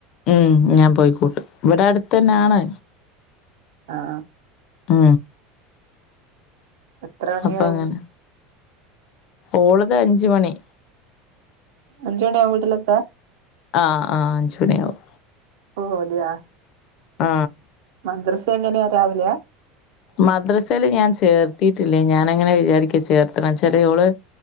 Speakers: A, on the left; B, on the right.
A: ഉം ഞാൻ പോയിക്കൂട്ടും ഇവിട ടുത്തന്നാണ്.
B: അആ
A: ആ
B: എത്ര മണിയാവും
A: അപ്പ ങ്ങനെ ഓളത് അഞ്ച് മണി.
B: അഞ്ചു മണിയാ വീട്ടിലെത്ത?
A: ആ ആ അഞ്ചു മണിയാവും
B: പോ ഓ ത് ആ
A: ആ
B: മദ്രസ് എങ്ങനെ രാവിലയാ?
A: മദ്രസ ല് ഞാൻ ചേർത്തിട്ടില്ല, ഞാന അങ്ങനെ വിചാരിക്ക ചേർത്തണച്ചാല് ഓള്